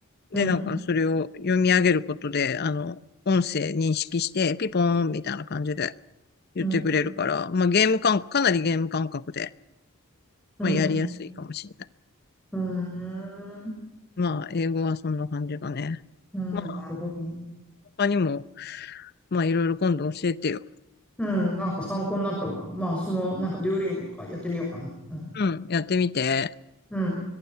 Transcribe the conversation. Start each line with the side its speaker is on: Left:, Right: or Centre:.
Centre: うん、
Left: で、なんかそれを読み上げることで、あの、音声認識して、ピポーンみたいな感じで言ってくれるから、
Centre: うん、
Left: まあゲーム感、かなりゲーム感覚で、
Centre: うん、
Left: まあやりやすいかもしれない。
Centre: うん、うん、
Left: まあ英語はそんな感じだね。
Centre: うんなるほどね。
Left: まあ他にも、まあいろいろ今度教えてよ。
Centre: うん、なんか参考になったわ。まあ、その、なんか、デュオリンゴとかやってみようかな。うん、
Left: うん、やってみて。
Centre: うん。